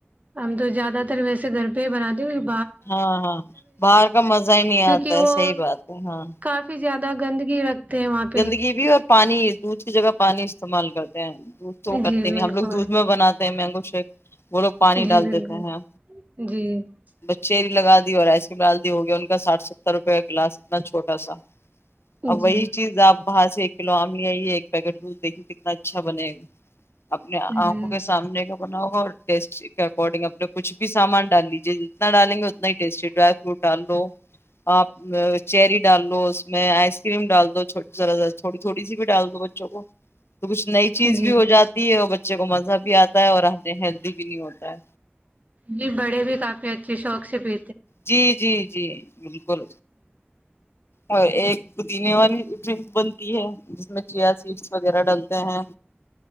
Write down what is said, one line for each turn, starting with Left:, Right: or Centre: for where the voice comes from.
Right: ہم تو زیادہ تر ویسے گھر پہ ہی بنا د
Left: ہاں ہاں باہر کا مزہ ہی نہیں
Right: کیونکہ
Left: آتا
Right: وہ
Left: ہے صحی بات ہے ہاں
Right: کافی زیادہ گندگی رکھ ہیں وہاں پہ
Left: گندگی بھی اور پانی دودسری جگہ پانی استعمال کرتا دھ تو کرتے
Right: جی
Left: ہیں
Right: بالکل
Left: ہم لوگ دودھ میں بناتے مینگو شیک وہ لوگ پانی
Right: جی
Left: ڈال
Right: بالکل
Left: دیتے ہیں
Right: جی
Left: بچیری لگا دی اورس ال دی ہو گیا ان کا ساٹھ ستر روپ کا گلاس اتنا چھوٹا سا اب
Right: جی
Left: وہی چیز آپ باہر سے ایک کلو آم ل آئیے ایک پیکٹ دودھ دیکھیے کتنا اچھا بنے گا اپنے آنکھوں
Right: جی
Left: کے سامنے بناؤ اور ٹیسٹی کے اکارڈنگ اپنے کچھ بھی سامان ڈال لیجے جتنا ڈالیں گے اتنا ہی ٹیسٹی ڈرائی فروٹ ڈال لو آپ چیری ڈال لو اس میں آئس کریم ڈال دو ذرارا تھوڑی تھوڑی سی بھی ڈال دو بچوں کو تو کچھ نئی چیز
Right: جی
Left: بھی ہو جاتی ہے اور ب بچے کو مزہ بھی آتا ہے اور آتے ہیلدی بھی نہیں ہوتا ہے
Right: جی بڑے بھی کافی اچھے شوق سے پ
Left: جی جی جی کل اور ایک پودینے والی ڈرنک بنتی ہے جس میں چیئر سیٹس وغیرہ ڈالتے ہیں